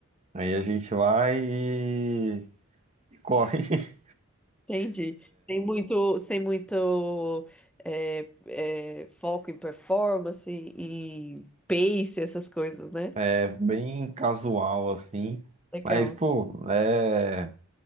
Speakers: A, on the right; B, in the centre.
A: Aí a gente vai e, e corre. <laughs>
B: Entendi. Tem muito, sem muito eh, eh, foco em performance, em pace, essas coisas, né?
A: É bem casual assim,
B: Legal.
A: mas pô, é,